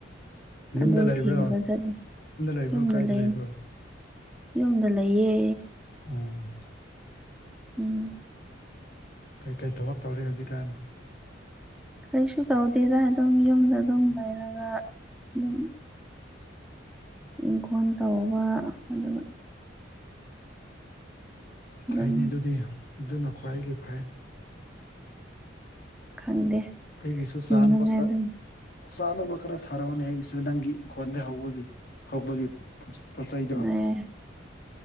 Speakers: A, on the left (about 55°); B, in the centre.
A: ꯌꯨꯝꯗ
B: ꯑꯗꯨ
A: ꯂꯩꯕ꯭ꯔꯥ
B: ꯊꯤꯔꯒ ꯆꯠꯂꯤ
A: ꯂꯩꯕ꯭ꯔꯣ
B: ꯌꯨꯝꯗ
A: ꯀꯥꯏꯗ
B: ꯂꯩꯅꯤ
A: ꯂꯩꯕ꯭ꯔꯣ
B: ꯌꯨꯝꯗ ꯂꯩꯌꯦ
A: ꯎꯝ
B: ꯎꯝ
A: ꯀꯩꯀꯩ ꯊꯕꯛ ꯇꯧꯔꯤ ꯍꯧꯖꯤꯛꯀꯥꯟ
B: ꯀꯔꯤꯁꯨ ꯇꯧꯗꯦꯗ ꯑꯗꯨꯝ ꯌꯨꯝꯗ ꯑꯗꯨꯝ ꯂꯩꯔꯒ ꯑꯗꯨꯝ ꯏꯪꯈꯣꯜ ꯇꯧꯕ ꯑꯗꯨꯒ ꯑꯗꯨꯝ
A: ꯐꯩꯅꯤ ꯑꯗꯨꯗꯤ ꯑꯗꯨꯅ ꯈ꯭ꯋꯥꯏꯗꯒꯤ ꯐꯩ
B: ꯈꯪꯗꯦ
A: ꯑꯩꯒꯤꯁꯨ
B: ꯍꯤꯡꯅꯉꯥꯏ
A: ꯆꯥꯅꯕ ꯈꯔ
B: ꯑꯗꯨꯝ
A: ꯆꯥꯅꯕ ꯈꯔ ꯊꯥꯔꯛꯎꯅꯦ ꯑꯩꯁꯨ ꯅꯪꯒꯤ ꯏꯪꯈꯣꯜꯗ ꯍꯧꯕꯒꯤ ꯍꯧꯕꯒꯤ ꯄꯣꯠ ꯆꯩ ꯗꫭ
B: ꯑꯦ